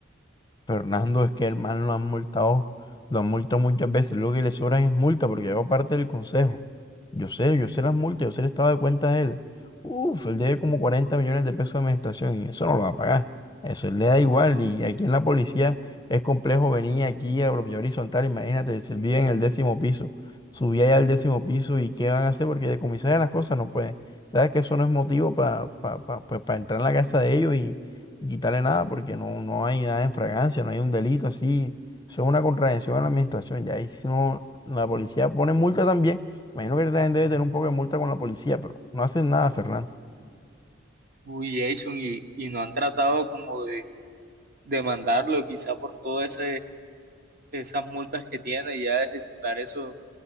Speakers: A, on the left (about 20°); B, on the right (about 50°).
A: Fernando, es que el man lo han multado, lo han multado muchas veces. Lo que le sobran es multa, porque yo parte del consejo. Yo sé, yo sé las multas, yo sé el estado de cuenta de él. Uf, él debe como 40 millones de pesos de administración y eso no lo va a pagar. Eso él le da igual. Y aquí en la policía es complejo venir aquí a propiedad horizontal. Imagínate, si él vive en el décimo piso, subía allá al décimo piso y qué van a hacer porque decomisar las cosas no pueden. Sabes que eso no es motivo para entrar en la casa de ellos y quitarle nada porque no, no hay nada en fragancia, no hay un delito así. Eso es una contravención a la administración. Ya ahí si no, la policía pone multa también. Imagino que también debe tener un poco de multa con la policía, pero no hacen nada, Fernando.
B: Uy, Jason, y, y no han tratado como de demandarlo quizá por todas esas multas que tiene y ya de ejecutar eso,